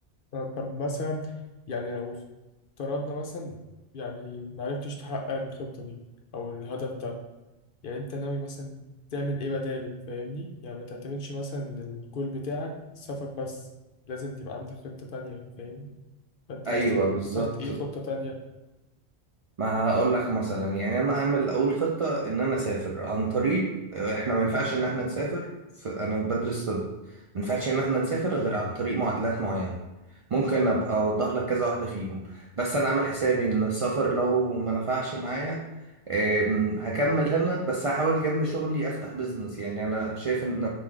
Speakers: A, on the left (about 60°); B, on the right (about 55°).
A: طب طب مثلا يعني لو افترضنا مثلا يعني معرفتش تحقق الخطة دي أو الهدف ده يعني أنت ناوي مثلا تعمل إيه بداله فاهمني؟ يعني ما تعتمدش مثلا إن الجول بتاعك السفر بس لازم تبقى عندك خطة تانية فاهم؟ فأنت
B: ايوه
A: مثلا
B: بالظبط
A: حاطط إيه خطة تانية؟
B: ما هقول لك مثلا يعني انا اعمل اول خطه ان انا اسافر عن طريق احنا ما ينفعش ان احنا نسافر في انا بدرس طب ما ينفعش ان احنا نسافر غير عن طريق معادلات معينه ممكن ابقى اوضح لك كذا واحده فيهم بس انا عامل حسابي ان السفر لو ما نفعش معايا أم، هكمل هنا بس هحاول جنب شغلي افتح بيزنس يعني انا شايف ان